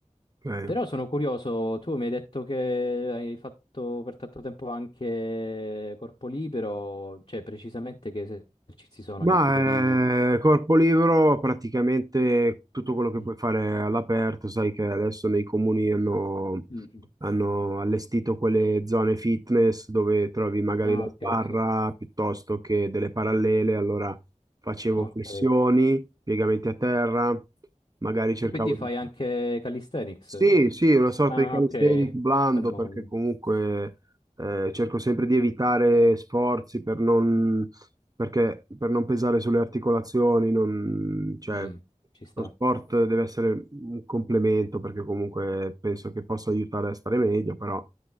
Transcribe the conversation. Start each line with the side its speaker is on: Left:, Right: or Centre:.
Right: ok.
Left: Però sono curioso, tu mi hai detto che hai fatto per tanto tempo anche corpo libero, cioè precisamente che esercizi sono,
Right: Ma
Left: che tipo di...
Right: eh, corpo libero praticamente tutto quello che
Left: Mm.
Right: puoi fare all'aperto, sai che adesso nei comuni hanno,
Left: Mm, mm.
Right: hanno allestito quelle zone fitness dove trovi magari
Left: Ah,
Right: la
Left: ok,
Right: sbarra
Left: sì.
Right: piuttosto che delle parallele, allora facevo
Left: Ok.
Right: flessioni,
Left: E
Right: piegamenti a terra, magari cercavo
Left: quindi
Right: di
Left: fai anche calisthenics?
Right: sì, sì, una sorta
Left: Ah,
Right: di calisthenic
Left: ok.
Right: blando
Left: Fermo.
Right: perché comunque eh, cerco sempre di evitare sforzi per non, perché- per non pesare sulle articolazioni, non- cioè,
Left: Mm, ci sta,
Right: lo sport deve essere un complemento perché comunque penso che possa aiutare a stare meglio, però